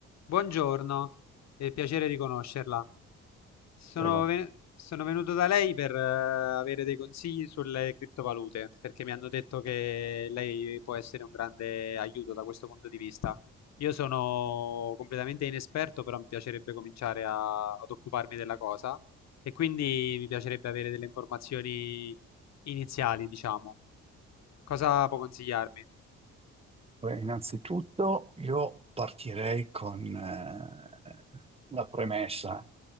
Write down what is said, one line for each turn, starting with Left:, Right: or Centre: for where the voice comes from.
Left: Buongiorno, è piacere di conoscerla. Sono,
Right: Prego.
Left: ve- sono venuto da lei per eh, avere dei consigli sulle criptovalute, perché mi hanno detto che lei può essere un grande aiuto da questo punto di vista. Io sono completamente inesperto, però mi piacerebbe cominciare a- ad occuparmi della cosa e quindi mi piacerebbe avere delle informazioni iniziali, diciamo. Cosa può consigliarmi?
Right: Beh, innanzitutto io partirei con eh, la premessa.